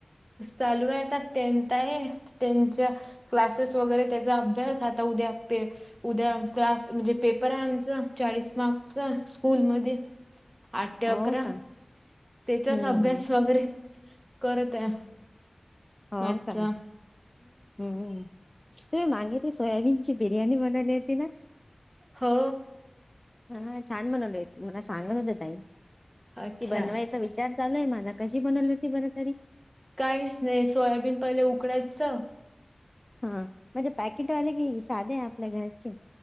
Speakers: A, on the right; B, on the left.
A: चालू आहे आता टेनथ आहे त्यांच्या क्लासेस वगैरे त्याचा अभ्यास आता उद्या प उद्या क्लास म्हणजे पेपर आहे आमचा चाळीस मार्कसचा स्कूल मधी आठ ते अकरा
B: हो का
A: त्याचाच
B: हम्म
A: अभ्यास
B: हम्म
A: वगैरे करत आहे.
B: हो
A: मॅथचा
B: का हम्म. मागे ती सोयाबीनची बिर्यानी म्हणाली होती ना.
A: हो.
B: हा छान बनवले मला सांगत होत ताई की
A: अच्छा
B: बनवायचा विचार चालूय मला कशी बनवली होती बर तरी
A: काहीच नाही सोयाबीन पहिले उकडायच.
B: हा म्हणजे पॅकेटवाले की साधे आपल्या घरचे